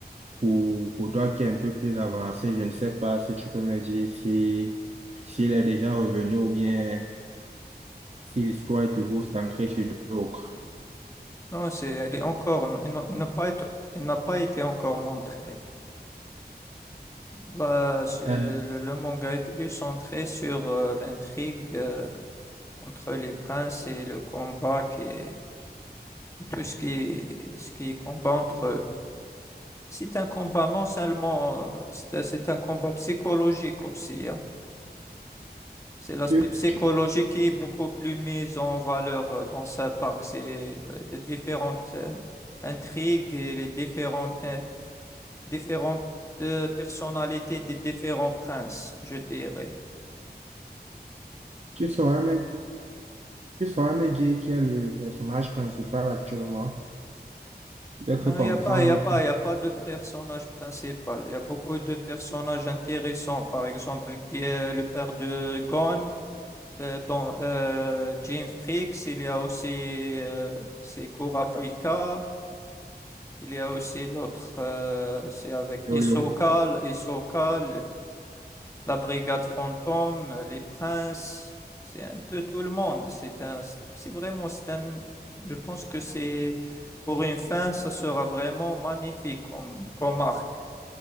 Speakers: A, on the right; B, on the left.
A: pour, pour toi qui est un peu plus avancé, je ne sais pas si tu peux me dire si, s'il est déjà revenu ou bien si l'histoire est toujours centrée sur d'autres.
B: Non, c'est, elle est encore, il n'a il n'a pas été, il n'a pas été encore montré. Bah, c'est- le,
A: Euh,
B: le manga est plus centré sur euh, l'intrigue euh, entre les princes et le combat qui est, et tout ce qui est, ce qui est combat entre eux. C'est un combat non seulement, euh, c'est un c'est un combat psychologique aussi. hein. C'est l'aspect
A: tu,
B: psychologique
A: tu,
B: qui est beaucoup plus mis en valeur euh, dans cet arc. C'est euh, les différentes euh, intrigues et les différentes, euh, différentes euh, personnalités des différents princes, je dirais.
A: tu saurais me Tu saurais me dire qui est le personnage principal actuellement? J'ai cru
B: Non,
A: comprendre
B: il n'y a pas, y a pas, y a pas de personnage principal. Il y a beaucoup de personnages intéressants. Par exemple, Gu- euh, le père de Gon, euh, dans euh, Jim Freaks, il y a aussi euh, c'est Kurapika. Il y a aussi l'autre, euh, c'est avec
A: Yolio
B: Hisoka, Hisoka, la brigade fantôme, les princes, c'est un peu tout le monde. C'est un, c'est vraiment, c'est un, je pense que c'est pour une fin, ça sera vraiment magnifique comme, comme arc.